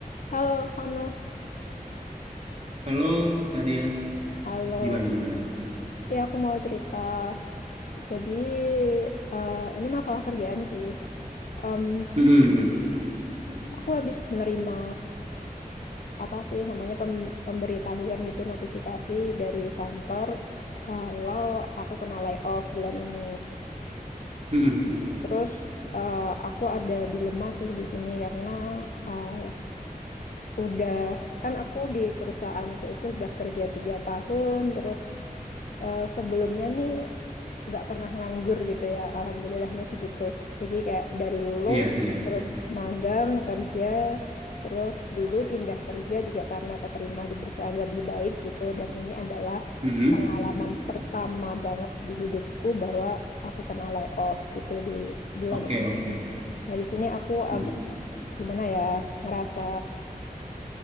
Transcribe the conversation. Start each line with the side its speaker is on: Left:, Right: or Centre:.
Left: Halo, Fano.
Right: Halo, Kak Dia.
Left: Halo.
Right: Gimana, gimana?
Left: Ya, aku mau cerita. Jadi, eh, ini masalah kerjaan sih. Em,
Right: Mm-mm, mm.
Left: aku habis nerima apa sih namanya pem- pemberitahuan gitu, notifikasi dari kantor kalau aku kena layoff bulan ini.
Right: Mm-mm, mm.
Left: Terus eh, aku ada dilema sih di sini karena eh, udah kan aku di perusahaanku itu udah kerja tiga tahun, terus eh, sebelumnya nih nggak pernah nganggur gitu ya alhamdulillahnya sih gitu jadi kayak dari lulus
Right: Iya, iya.
Left: terus magang kerja terus dulu pindah kerja juga karena keterima di perusahaan lebih baik gitu dan ini adalah
Right: Mm-mm.
Left: pengalaman pertama banget di hidupku bahwa aku kena layoff gitu di bulan
Right: Oke,
Left: ini
Right: oke.
Left: nah di sini aku
Right: Mm-mm.
Left: agak gimana ya ngerasa